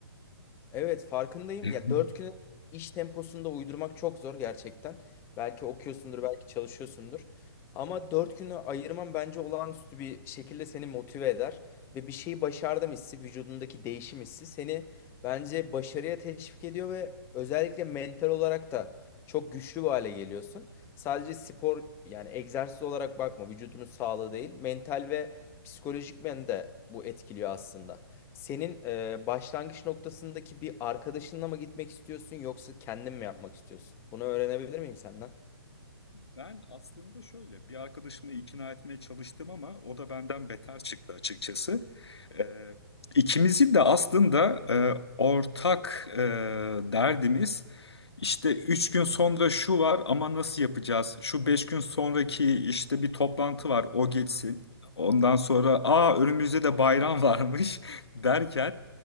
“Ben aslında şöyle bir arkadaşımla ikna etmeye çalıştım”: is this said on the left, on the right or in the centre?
Left